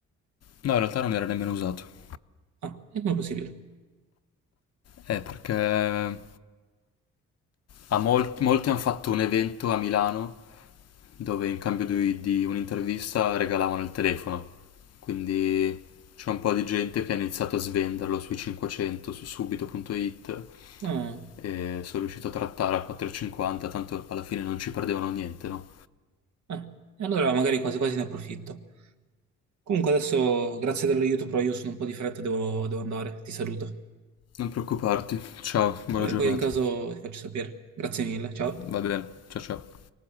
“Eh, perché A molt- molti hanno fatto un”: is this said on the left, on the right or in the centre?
Left